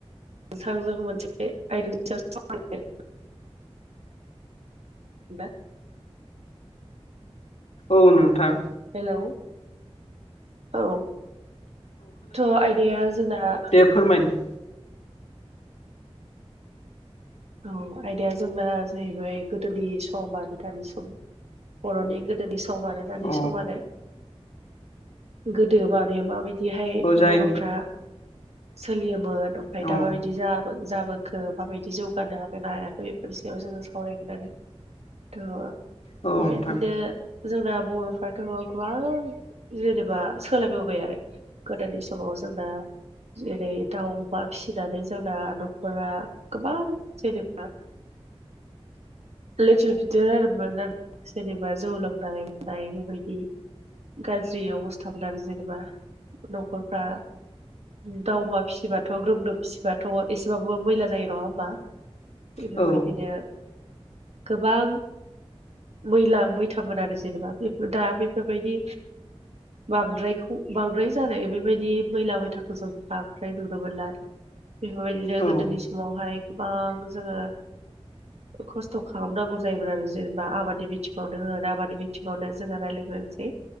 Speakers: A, on the right; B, on the left.
A: नोंथांजों मोनसे आयदानि सायाव <unintelligible> <unintelligible>
B: औ नोंथां।
A: हेलौ औ थ' आयदाया जोंना
B: फोरमायनो
A: औ आयदाया जोंना जाहैबाय गोदोनि सम आरो दानि सम बर'नि गो गोदोनि सम आरो दानि
B: औ
A: सम आरो। गोदो माने माबायदि एहाय
B: औ जायो
A: बर'फ्रा सोलियोमोन ओमफ्राय
B: नोंथां
A: दा माबायदि जा बो जाबोखो माबायदि जौ गानो हादों ना हायाखै बेफोरनि सायाव जोङो सावरायगोन आरो। थ'
B: औ नोंथां
A: बेबादिनो जोंना बर'फ्राथ' गोबां जेनेबा सोलायबोबाय आरो। गोदोनि समाव जोंना जेरै दाउ, अमा फिसिनानै जोंना न'खरा गोबां जेनेबा लेथेर फिथेर आरोमोन आरो सोरनिबा जौ लोंनाय बाय बेबायदि गाज्रि अबस्था मोन आरो जेनेबा न'खरफ्रा। दाव अमा फिसिबाथ' ग्रोम म्रोम फिसिबाथ' एसेबाबो मैला जायो। नङा होमबा? बेफोरबायदिनो
B: औ
A: गोबां। मैला मैथामोन आरो जेनेबा बेफोर दा बेफोरबायदि बांद्रायखौ बांद्राय जानाय बेबायदि मैला मैथाखौ जों बांद्राय नुनो मोनला आरो बेफोरबायदिनो
B: औ
A: गोदोनि समावहाय गोबां जोङो। खस्थ' खालामनांगौ जायोमोन आरो जेनेबा आबादनि बिथिङावनो होन आबादानि बिथिङावनो जोंङो रायज्लायग्रोसै।